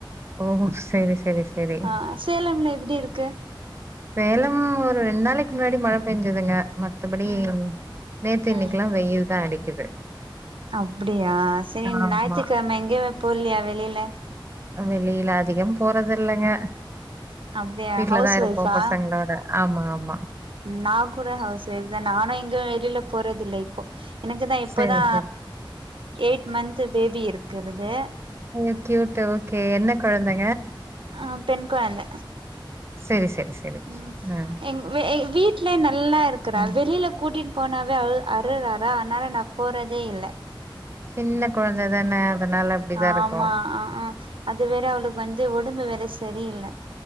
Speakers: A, on the right; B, on the right.
A: ஓ செரி செரி செரி
B: ஆ சேலம்ல எப்டி இருக்கு
A: சேலம் ஒரு ரெண்டு நாளைக்கு முன்னாடி மழ பேஞ்சதுங்க மத்தபடி
B: ம்
A: நேத்து இன்னைக்கெல்லா
B: ம்
A: வெயில் தா அடிக்குது
B: அப்டியா செரி
A: ஆமா
B: ஞாயித்துக்கிழம எங்கையுமே போலையா வெளில
A: வெளில அதிகம் போறதில்லங்க
B: அப்டியா
A: வீட்ல
B: ஹவுஸ்
A: தா இருப்போ
B: ஒய்ஃபா
A: பசங்களோட ஆமா ஆமா
B: நா கூட ஹவுஸ் ஒய்ஃப் தா நானு எங்கு வெளில போறதில்லை போ எனக்குதா இப்போதா
A: செரி செரி
B: எயிட் மந்த் பேபி இருக்குறது
A: அய்யோ கியூட் ஓகே என்ன கொழந்தை
B: ஆ பெண் கொழந்த
A: செரி செரி செரி
B: ம்
A: அ
B: எங் எ வீட்லே நல்லா இருக்கறா
A: அ
B: வெளில கூட்டி போனாவே அழு அருறாரா ஆனால ந போறதே இல்ல
A: சின்ன கொழந்த தான அதனால அப்டிதா
B: ஆமா
A: இருக்கு
B: ஆ ஆ அது வேற அவளுக்கு வந்து உடம்பு வேற சரியில்ல